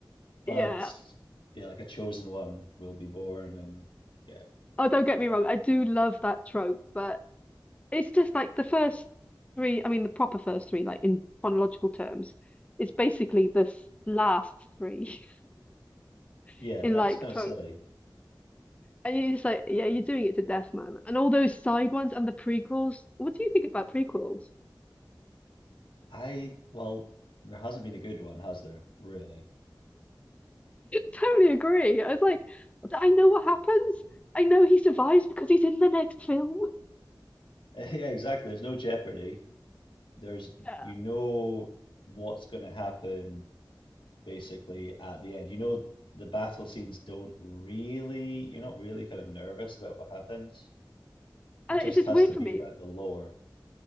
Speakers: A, on the left; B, on the left.
A: But
B: Yeah.
A: yeah, like a chosen one will be born and yeah.
B: Oh, don't get me
A: But
B: wrong, I do love that trope, but it's just like the first three, I mean, the proper first three, like in chronological terms, it's basically this last three <laughs>
A: yeah,
B: in
A: that's
B: like
A: kind
B: trope.
A: of silly.
B: And you're just like, yeah, you're doing it to death, man. And all those side ones and the prequels. What do you think about prequels?
A: I well, there hasn't been a good one, has there? Really?
B: totally agree. I was like, I know what happens. I know he survives because he's in the next film.
A: <laughs> Yeah, exactly. There's no jeopardy. There's
B: Yeah.
A: you know what's going to happen basically at the end. You know, the battle scenes don't really, you're not really kind of nervous about what happens. It
B: And
A: just
B: it's just
A: has
B: weird
A: to
B: for
A: be
B: me.
A: about the lore.